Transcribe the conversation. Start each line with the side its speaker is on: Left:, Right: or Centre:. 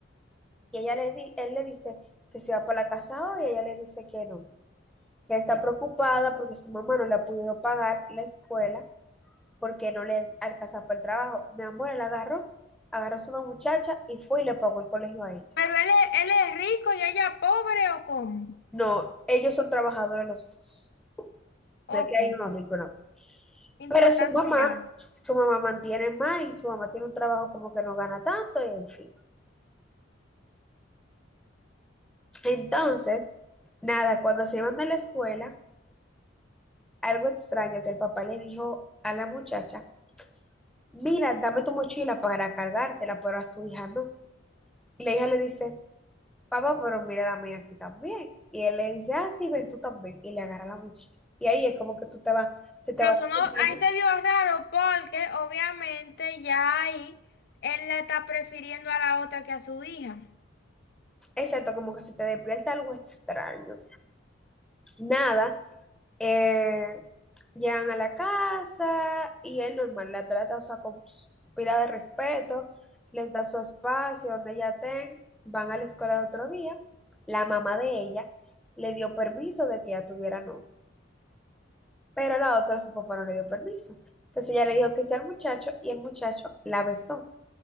Centre: Y ella le di- él le dice que se va por la casa hoy y ella le dice que no. que está preocupada porque su mamá no le ha podido pagar la escuela porque no le alcanza para el trabajo. Mi amor, él agarró, agarró a su muchacha y fue y le pagó el colegio a ella.
Left: Pero él es, él es rico y ella pobre o cómo.
Centre: No, ellos son trabajadores los dos.
Left: Ok,
Centre: No es que hay unos ricos, no.
Left: importante
Centre: Pero su mamá,
Left: el dato.
Centre: su mamá mantiene más y su mamá tiene un trabajo como que no gana tanto y en fin. Entonces, nada, cuando se iban de la escuela, algo extraño que el papá le dijo a la muchacha, mira, dame tu mochila para cargártela, pero a su hija no. Y la hija le dice, papá, pero mira la mía aquí también. Y él le dice, ah, sí, ven tú también. Y le agarra la mochila. Y ahí es como que tú te vas, se te
Left: Pero
Centre: va
Left: eso
Centre: despertando.
Left: no, ahí se vio raro porque obviamente ya ahí él la está prefiriendo a la otra que a su hija.
Centre: Exacto, como que se te despierta algo extraño. Nada, eh, llegan a la casa y él normal la trata, o sea, con pila de respeto, les da su espacio donde ella estén, van a la escuela el otro día. La mamá de ella le dio permiso de que ella tuviera novio. Pero a la otra, su papá no le dio permiso. Entonces ella le dijo que sí al muchacho y el muchacho la besó.